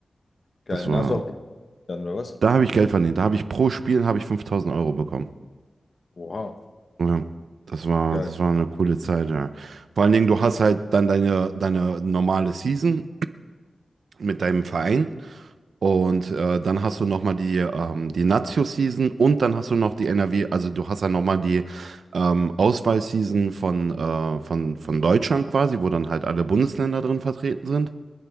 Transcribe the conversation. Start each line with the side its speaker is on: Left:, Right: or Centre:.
Left: Geil.
Right: Das war,
Left: Und hast du auch dann, oder was?
Right: da habe ich Geld verdient. Da habe ich pro Spiel habe ich 5000 Euro bekommen.
Left: Oha,
Right: Ja, das war,
Left: geil.
Right: das war eine coole Zeit, ja. Vor allen Dingen, du hast halt dann deine, deine normale Season mit deinem Verein und äh, dann hast du nochmal die, ähm, die Nazio-Season und dann hast du noch die NRW, also du hast dann nochmal die ähm, Auswahl-Season von, äh, von, von Deutschland quasi, wo dann halt alle Bundesländer drin vertreten sind.